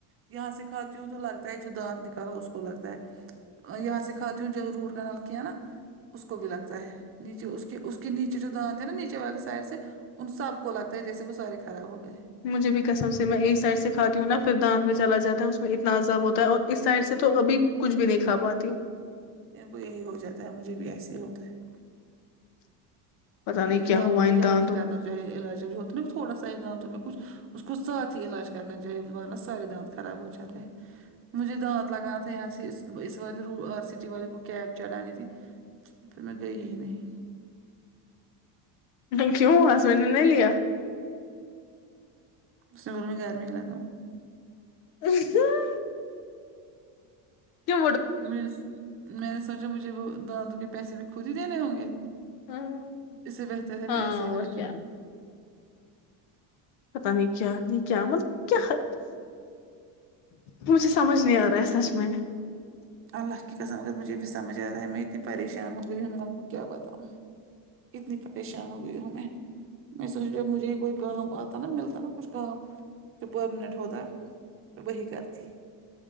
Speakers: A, on the right; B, on the left.
A: یہاں سے کھاتی ہوں تو لگتا ہے جو دانت نکالا اس کو لگتا ہے یہاں سے کھاتے ہو جہاں روٹ کنال تھی نا اس کو بھی لگتا ہے نیچے اس کے اس کے نیچے جو دانت تھے نا نیچے والے سائڈ سے ان سب کو لگتا ہے جیسے وہ سارے خراب ہو گئے
B: مجھے بھی کسم سے میں ایک سائڈ سے مجھے بھی قسم سے میں ایک ساییڈ سے کھاتی ہوں نا پھر دانت میں چلا جاتا ہے اس میں اتنا عذاب ہوتا ہے اور اس سائڈ سے تو ابھی کچھ بھی نہیں کھا پاتی ہوں
A: میر کو یہی ہو جاتا ہے مجھے بھی ایسے ہی ہوتا ہے
B: پتا نہیں
A: لیکن
B: کیا
A: دنوں
B: ہوا
A: کوئی
B: ان
A: جلد
B: دانتوں
A: کرناہا چاہے علاج ہو نا تھوڑا سا ہی دانتوں میں کچ اس کو ساتھ ہی علاج کرنا چاہےا سارے دانت خراب ہو تھ مجھے دانت لگانا تھا یہاں سے اس والے آر سٹی والے کو کیب چڑھانی تھی پھر میں گئی ہی نہیں
B: <unintelligible>
A: سکول میں گییر م لگاؤں گا
B: ہنں ہوں تو
A: م میں نے سوچا مجھے وہ د دو کے پیسے بھی خود ہی دینے ہوں گے
B: ہے
A: اس سے بہتر ہے
B: ہاں
A: میں ایسے ہی
B: اور
A: بیٹھ جاو
B: کیا پتا نہیں کیا نہیں کیا مطلب کیا مجھے سمجھ نہیں آرا رہا ہے سچ میں
A: اللہ کی قسم مگر مجھے بھی سجھ رہا ہے میں اتنی پریشان ہو گئی ہوں میں لوگ کو کیا بتاؤں اتنی پریشان ہو گئی ہوں میں میں سوچ مجھے ہی کوئی کام آتا نا ملتا نا کچھ کام جو پرماننٹ ہوتا میں وہی کرتی